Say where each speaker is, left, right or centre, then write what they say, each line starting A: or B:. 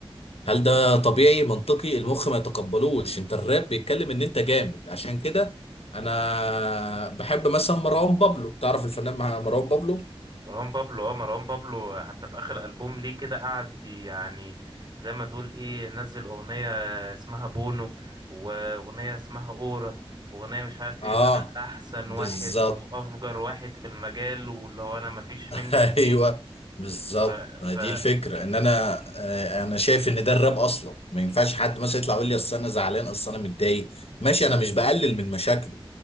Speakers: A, on the left (about 85°); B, on the right (about 50°).
A: هل ده
B: مم.
A: طبيعي منطقي المخ ما يتقبلوش انت الراب بيتكلم ان انت جامد عشان كده انا بحب مثلا مروان بابلو تعرف الفنان مع- مروان بابلو
B: مروان بابلو اه مروان بابلو حتى في اخر البوم ليه كده قعد يعني زي ما تقول ايه نزل اغنية اسمها بونو واغنية اسمها اورا واغنية مش عارف
A: اه
B: ايه ان انا احسن
A: بالظبط
B: واحد وافجر واحد في المجال واللي هو انا مفيش مني
A: <laughs> ايوه
B: اتنين
A: بالظبط
B: ف,
A: ما
B: ف
A: دي الفكره ان انا آه، انا شايف ان ده الراب اصلا ما ينفعش حد مثلا يطلع يقول لي اصل انا زعلان اصل انا متضايق ماشي انا مش بقلل من مشاكله